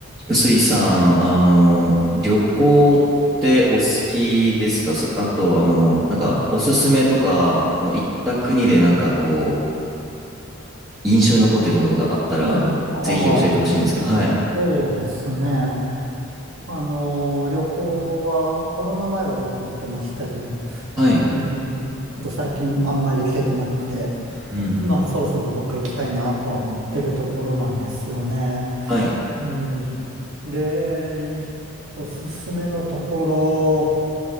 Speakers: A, on the right; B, on the right.
A: 臼井さん、あの、旅行ってお好きですかそあと、あの、なんか、
B: はい。
A: おすすめとか、あの、行った国でなんかこう、印象に残ってるところがあったら、
B: いえああ、
A: ぜひ教えてほしいんですけど、はい。
B: そうですね。あの旅行は、コロナ前はよく行ってましたけど、
A: はい。
B: うん、ちょっと最近あんまり行けてなくて、
A: うんうん。
B: まあ、そろそろどっか行きたいなとは思ってるところなんですよね。
A: はい。
B: うん、で、いおすすめのところ